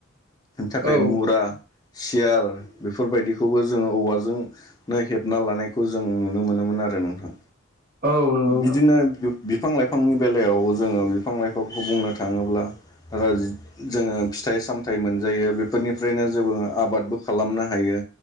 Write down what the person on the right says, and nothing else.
औ
औ नंगौ नोंथां